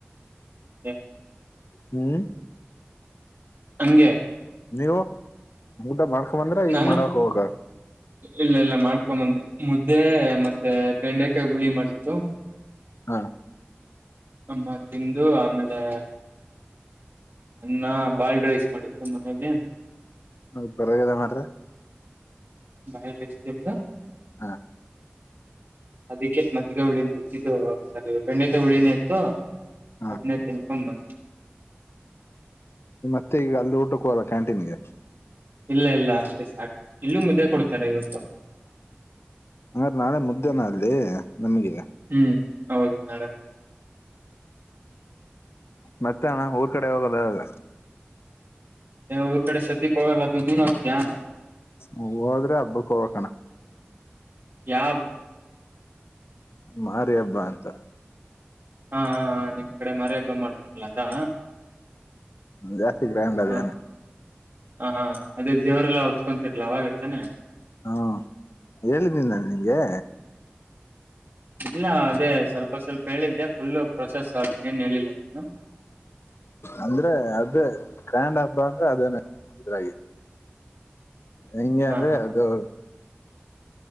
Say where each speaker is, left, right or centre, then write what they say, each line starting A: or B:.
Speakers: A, on the right; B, on the left.
A: ಅ
B: ಹ್ಮ್
A: ಹಂಗೆ
B: ನೀವು ಮುಊಟ ಮಾಡಕ ತಕಂದ್ರ ಈಗ
A: ನಾನು
B: ಮಾಡಕ್ ಹಾಗ
A: ಇಲ್ಲ ಇಲ್ಲ ಮಾಡ್ಕೊಂಬಂದೆ ಮುದ್ದೆ ಮತ್ತೆ ಬೆಂಡೆಕಾಯಿ ಹುಳಿ ಮಾಡಿತ್ತು
B: ಹಾ
A: ಅಮ್ಮ ತಿಂದು ಆಮೇಲೆ ಅನ್ನ ಬಾಲ್ಡ್ ರೈಸ್ ಮಾಡಿದ್ರು ಮನೇಲಿ
B: ಅದು ಪರಗದ ಮ್ರೆ
A: ಬಹಳ ರಷ್ಟತಿ್ದ
B: ಹಾ
A: ಅದಕ್ಕೆ ಮಜ್ಗೌಳಿಂದ ಇದು ಸರಿ ಬೆಂಡಟ ಉುಳಿನೇ ಇತ್ತು
B: ಹಾ
A: ಹದನೇ ತಿನ್ಕೊಂಡ್ ಬಂದು್
B: ಮತ್ತೆ ಈಗ ಅಲ್ಲಿ ಊಟಕ್ಕೆ ಹಲ್ಲ ಕ್ಯಾಂಟೀನ್ಗೆ
A: ಇಲ್ಲ ಇಲ್ಲ ಅಷ್ಟೇ ಸಾಕ ಇಲ್ಲೂ ಮುದ್ದೆ ಕೊಡ್ತಾರೆ ಇವತ್ತು
B: ಹಂಗ ನಾಳೆ ಮುದ್ದೇನ ಅಲ್ಲಿ ನಮಗಿಲ್ಲ
A: ಹ್ಮ್ ಹೌದು ನಾಡೆ ಮ
B: ಮತ್ತೆ ಅಣ್ಣ ಊರ್ ಕಡೆ ಹೋಗದ ಇಾಗ
A: ಊರ್ ಕಡೆ ಸದ್ಯಕ್ ಹೋಗಲ್ಲ ಬ ನೀನ್ ಹೋಗ್ತಿಯಾ
B: ಮೂದರ ಹಬ್ಬಕ್ ಹೋಗ್ಬೇಕು ಅಣ್ಣ
A: ಯಾವಾಗ
B: ಮಾರಿ ಹಬ್ಬಾ ಅಂತ
A: ಹಾ ನಿಮ್ ಕಡೆ ಮರಿ ಹಬ್ಬ ಮಾಡ್ತಾರಲ ಅದಾ
B: ಹ್ಮ ಸಿದೇನೆ
A: ಹ
B: <inaudible>
A: ಹ ಹಾ ಅದೇ ದೇವರೆಲ್ಲ ಹೊತ್ಕೊತಿರ್ಲಾ ಅವಾಗೈತಾನೆ
B: ಹಾ ಹೇಳಿದ್ದೀನಿ ನಾನು ನಿಮ್ಗೆ
A: ಇಲ್ಲ ಅದೇ ಸ್ವಲ್ಪ ಸ್ವಲ್ಪ ಹೇಳಿದ್ದೆ ಫುಲ್ ಪ್ರೊಸೆಸ್ ಏನ್ ಹೇಳಿಲ್ಲ ನೀನು
B: ಅಂದ್ರೆ ಅದೇ ಗ್ರಾಂಡ್ ಹಬ್ಬ ಅಂದ್ರೆ ಅದೇನೆ ಇದ್ರಾಗಿ <inaudible> ಹಂ
A: ಹ
B: ಅಂದ್ರೆ
A: ಹ
B: ಅದು